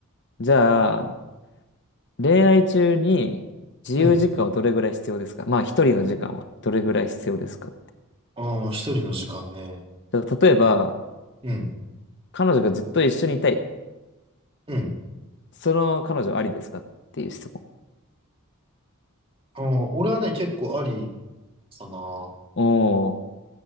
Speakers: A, on the left; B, on the right.
A: じゃあ、恋愛中に自由時間はどれぐらい必要ですかまあ、
B: うん。
A: 一人の時間はどれぐらい必要ですか
B: ああ、一人の時間ね。
A: じゃあ例えば、
B: うん。
A: 彼女がずっと一緒にいたい。
B: うん。
A: その彼女ありですかっていう質問。
B: ああ、俺はね、結構ありかな。
A: おー。